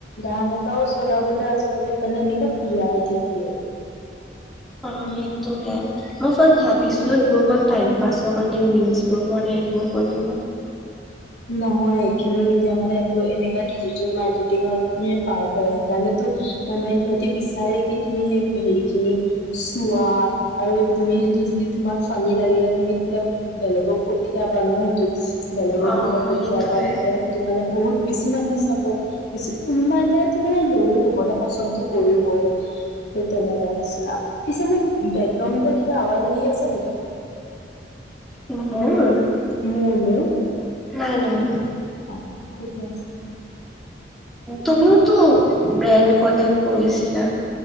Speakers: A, on the left (about 70°); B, in the centre.
A: গান এটাও চলাবলে আজিকালি মানে এনেকা পিয়াৰ দি দিয়ে। <unintelligible>
B: অ সেইটোয়ে। মই ফাষ্ট ভাবিছিলো এইবোৰ অকল টাইম পাছৰ কাৰণে মিম্ছ বোৰ বনাই এইবোৰ টোপনি ধৰে।
A: <inaudible> খিনিও এতিয়া মানে এইটো এনেুৱ ডিজিটেল মাৰ্কেটিঙত পাৰ্ট হয় সেইকাৰণটো মানে সহ বিচাৰে কি তুমি সেই হেৰি খিনি চোৱা আৰু তুমি সেইটো যদি তোমাৰ পানী লাগিলে তুমি তেতিয়া বেলেগক পঠিয়াবা ন সেইটো। বেলেগক
B: অ
A: যেতিয়া পঠিয়াবা
B: সেইটোয়ে
A: তেতিয়া সেইটো মানে বহুত বেছি মানুহে চাব বেছি কোনোবা এ তোমাৰে লৈয়ে ল'ব ন! পচনতো কৰিবই। সেই তেনেকুৱা নিচিনা পিছে মোৰ বেকগ্ৰাউণ্ডৰ পৰা কিবা আৱাজ আহি আছে নেকি?
B: অ ম <inaudible>
A: মোৰ মোৰ।
B: নাই নাই অহা।
A: অ ঠিকে আছে।
B: তুমিওতো ব্ৰেণ্ড কলেক্ট কৰিছিলা।